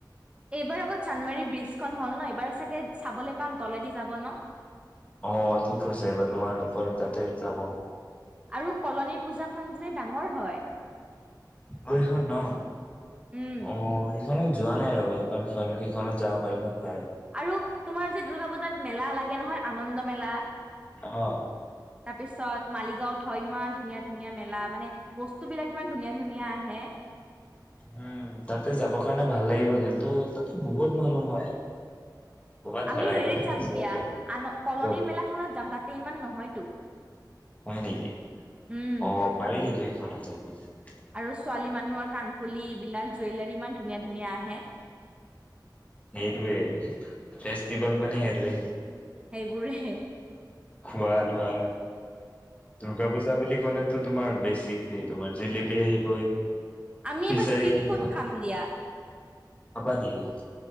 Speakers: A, on the right; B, on the left.
A: এইবাৰ আগত চান্দমাৰী ব্ৰীজ খন হল ন এইবাৰ চাগে চাবলৈ পাম তলেদি যাব ন
B: অ', ঠিক কৈছা এইবাৰ তোমালোকৰ তাতে যাব।
A: ৰু কলনীৰ পূজা খন যে, ডাঙৰ হয়
B: অ', এইখন ন
A: উম
B: অ' সেইখনত যোৱা নাই এবাৰ <inaudible>
A: আৰু তোমাৰ যে, দুৰ্গা পূজাত মেলা লাগে নহয় আনন্দ মেলা
B: অ
A: তাৰপিছত মালিগাঁওত থ ইমান ধুনীয়া-ধুনীয়া মেলা মানে বস্তু বিলাক ইমান ধুনীয়া-ধুনীয়া আহে
B: উম তাক তাতে যাবৰ কাৰণে ভাল লাগিব, কিন্তু তাতে বহুত মানুহ হয়। ক'ৰবাত
A: আমি
B: হেৰাই
A: হেৰিত
B: গ'লে
A: যাম
B: হৈছে
A: দতিয়া
B: আৰু
A: আন কলনী
B: ক'ত
A: মেলাখনত যাম তাতে ইমান নহয়তো
B: হয় নি,
A: উম
B: অ' পাৰ <unintelligible> <unintelligible>
A: আৰু ছোৱালী মানুহৰ কাণফুলি এইবিলাক জুৱেলাৰী ইমান ধুনীয়া-ধুনীয়া আহে।
B: সেইটোৱেই ফেষ্টিভেল মানে সেটোৱে
A: সেইবোৰহে।
B: খোৱা লোৱা। দুৰ্গা পূজা বুলি ক'লে টো তোমাৰ বেচিকেলি তোমাৰ জিলেপি আহিবই।
A: আমি
B: খিচাৰি
A: এইবাৰ ষ্ট্ৰিট
B: আহিব
A: ফুড খাম দিয়া।
B: খাবা নেকি?